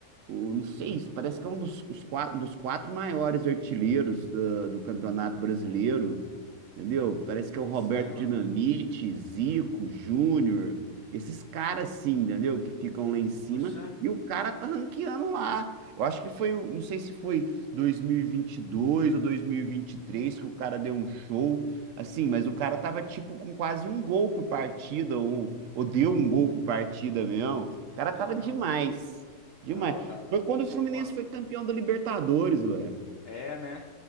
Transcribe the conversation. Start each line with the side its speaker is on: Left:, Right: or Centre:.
Right: o, não sei, parece que é um dos, os quatro, um dos quatro maiores artilheiros da- do Campeonato Brasileiro, entendeu? Parece que
Left: Pois
Right: é o Roberto
Left: é, mano.
Right: Dinamite, Zico, Júnior, esses caras assim, entendeu? Que ficam lá em cima
Left: Poxa,
Right: e o cara tá ranqueando lá. Eu acho que foi, o- não sei se foi 2022 ou 2023 que o cara deu um show. Assim, mas o cara tava tipo com quase um gol por partida, ou, ou deu um gol por partida mesmo. O cara
Left: é
Right: tava
Left: mesmo.
Right: demais. Demais.
Left: Tava, tava.
Right: Foi quando
Left: Tava
Right: o Fluminense
Left: voando.
Right: foi campeão da Libertadores, ué.
Left: É, né?